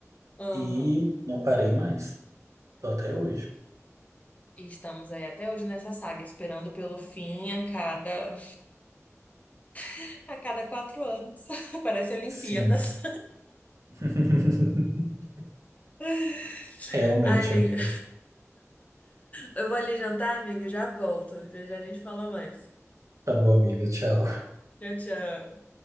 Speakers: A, on the left; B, on the right.
A: Aham.
B: E não parei mais. Tô até hoje.
A: E estamos aí até hoje nessa saga, esperando pelo fim a cada <laughs> a cada quatro anos. <laughs> Parece Olimpíadas.
B: Sim. <laughs>
A: <laughs>
B: Realmente,
A: Ai, amigo.
B: amiga.
A: <laughs> Eu vou ali jantar, amigo. Já volto. Já já a gente fala mais.
B: Tá bom, amiga. Tchau.
A: Tchau, tchau.